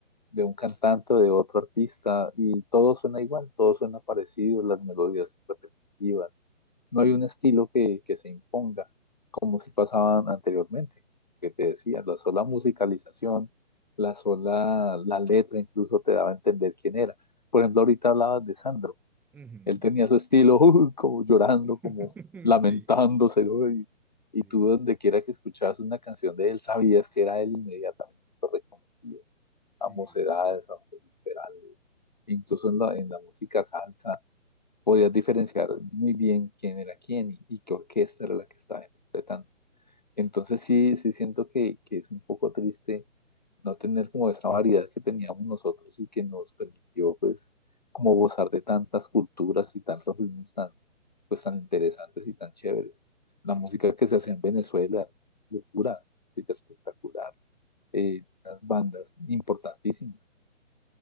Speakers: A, on the left (about 35°); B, in the centre.
A: de un cantante o de otro artista y todo suena igual, todo suena parecido, las melodías repetitivas. No hay un estilo que, que se imponga, como si pasaban anteriormente, que te decía, la sola musicalización, la sola, la letra incluso te daba a entender quién era. Por ejemplo, ahorita hablabas de Sandro.
B: Ujú.
A: Él tenía su estilo, <laughs> como llorando,
B: <laughs>
A: como lamentándose,
B: Sí,
A: ¿no? y,
B: sí,
A: y tú donde quiera que escuchabas una canción de él, sabías que era él inmediatamente, lo reconocías,
B: sí.
A: a mocedades, a liberales, incluso
B: Jo-
A: en la, en la música salsa, podías diferenciar muy bien quién era quién y, y qué orquesta era la que estaba interpretando. Entonces sí, sí siento que, que es un poco triste no tener como esa variedad que teníamos nosotros y que nos permitió pues como gozar de tantas culturas y tantos ritmos tan pues tan interesantes y tan chéveres. La música que se hace en Venezuela, locura, música espectacular, eh, las bandas importantísimas.